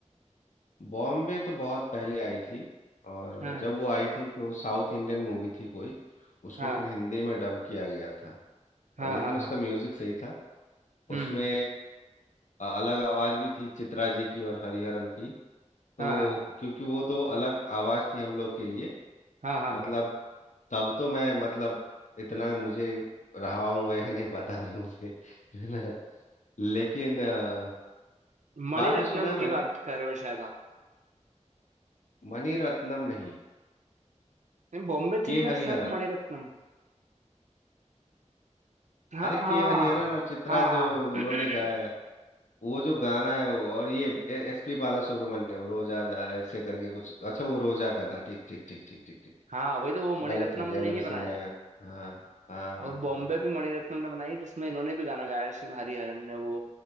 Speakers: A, on the left (about 80°); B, on the right (about 75°).
A: बॉम्बे तो बहुत पहले आई थी और
B: हाँ
A: जब वो आई थी तो साउथ इंडियन मूवी थी कोई उसको
B: हाँ
A: फिर हिंदी में डब किया गया था और
B: हाँ
A: लेकिन
B: हाँ
A: उसका म्यूजिक सही था
B: हम्म
A: उसमें अ- अलग आवाज भी थी चित्रा जी की और हरिहरन की तो
B: हाँ हम्म हाँ हाँ
A: क्योंकि वो दो अलग आवाज थी हम लोग के लिए
B: हाँ हाँ
A: मतलब
B: हाँ हाँ।
A: तब तो मैं मतलब इतना मुझे रहा हूँगा या नहीं पता नहीं मुझे <laughs> है ना लेकिन अ,
B: मणिरत्नम
A: बाद में सुना मैंने
B: की बात कर रहे हो शायद आप
A: मणि रत्नम नहीं
B: नहीं बॉम्बे
A: के
B: थीम
A: हरिहरन
B: में तो शायद मणिरत्नम हाँ
A: अरे के
B: हाँ
A: हरिहरन और चित्रा
B: हाँ हाँ
A: जो
B: <clears throat>
A: उन्होंने गाया है, वो जो गाना है वो- और ये एस पी बाला सुब्रमण्यम रोजा जा ऐसे करके कुछ अच्छा वो रोजा का था ठीक ठीक ठीक ठीक ठीक ठीक
B: हाँ वही तो वो मणिरत्नम
A: गलत हो गया
B: ने
A: मेरे
B: ही बनाया
A: से मैं
B: है
A: हाँ हाँ हाँ
B: और बॉम्बे भी मणिरत्नम ने बनाई जिसमें इन्होंने भी गाना गाया है शिव हरिहरन ने वो